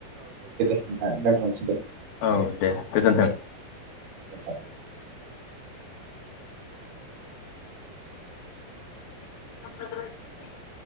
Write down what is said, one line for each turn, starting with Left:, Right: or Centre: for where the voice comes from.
Right: दा दोनथ'नोसै दे।
Left: औ दे गोजोनथों।
Right: <unintelligible>
Left: <unintelligible>